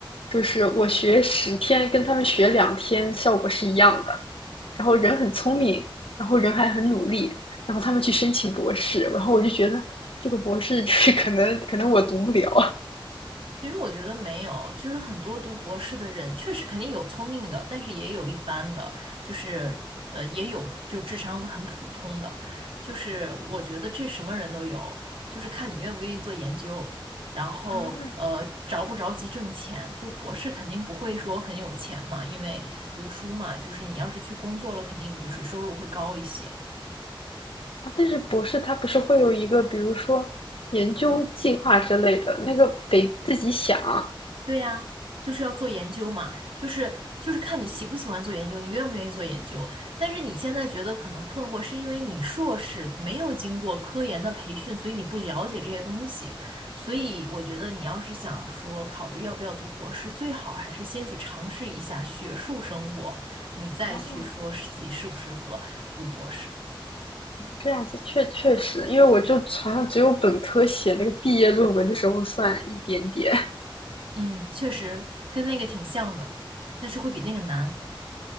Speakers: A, on the left; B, on the right.
A: 就是我学十天跟他们学两天效果是一样的，然后人很聪明，然后人还很努力，然后他们去申请博士，然后我就觉得这个博士 <laughs> 就是可能可能我读不了
B: 其实我觉得没有，就是很多读博士的人，确实肯定有聪明的，但是也有一般的，就是呃，也有就智商很普通的，就是我觉得这什么人都有，就是看你愿不愿意做研究，然后呃，
A: 啊，
B: 着不着急挣钱，就博士肯定不会说很有钱嘛，因为读书嘛，就是你要是去工作了，肯定就是收入会高一些，
A: 啊但是博士他不是会有一个，比如说研究计划之类的，那个得自己想啊
B: 对呀，就是要做研究嘛，就是就是看你喜不喜欢做研究，你愿不愿意做研究。但是你现在觉得可能困惑，是因为你硕士没有经过科研的培训，所以你不了解这些东西。所以我觉得你要是想说考虑要不要读博士，最好还是先去尝试一下学术生活，你再去说是自己适不适合读博士。
A: 啊，这样子确确实，因为我就好像只有本科写那个毕业论文的时候算一点点，
B: 嗯，确实跟那个挺像的，但是会比那个难。